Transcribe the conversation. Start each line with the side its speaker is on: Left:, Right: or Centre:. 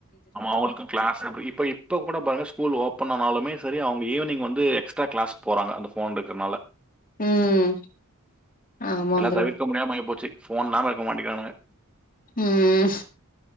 Centre: ஆமா அவங்களுக்கும் கிளாஸ் இருக்கு இப்ப இப்ப கூட பாருங்க ஸ்கூல் ஓபன் ஆனாலுமே சரி அவங் ஈவினி் வந்து எக்ஸ்ட்ரா கிளாஸ் போறாங்க அந்த போன் இருக்கிறனால
Left: ம் ஆமாம்ப்ரோ
Centre: எல்லாம் தவிர்க்க முடியாம ஆயி போச்சு ஃபோன் இல்லாம இருக்க மாட்டேங்கிறானுங்க
Left: ம்